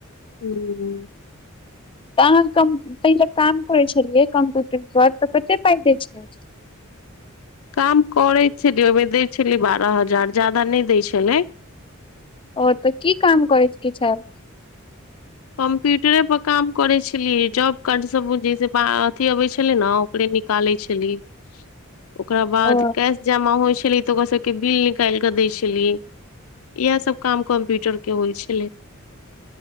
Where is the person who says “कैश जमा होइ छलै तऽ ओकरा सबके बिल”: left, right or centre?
Left